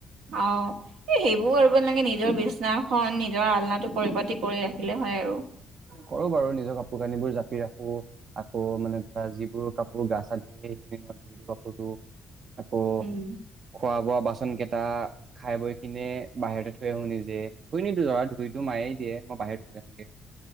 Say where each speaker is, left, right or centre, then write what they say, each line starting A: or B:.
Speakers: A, on the right; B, on the right.
A: আহ এ সেইবোৰ কৰিব নালাগে নিজৰ বিচনাখন নিজৰ আলনাটো পৰিপা্তি কৰি ৰাখিলে হয় আৰু
B: কৰো বাৰু নিজৰ কাপোৰ কানিবোৰ জাপি ৰাখো আকৌ মানে ধৰা যিবোৰ কাপোৰ গা চা ধুই সেইখিনি মই ধুই লওঁ‌ কাপোৰটো। আক
A: উম
B: খোৱা-বোৱা বাচন। কেইটা খাই বৈ কিনে বাহিৰতে থৈ আহো নিজে ধুই নিদিও ধৰা ধুইতো মায়েই দিয়ে। মই বাহিৰত। লগে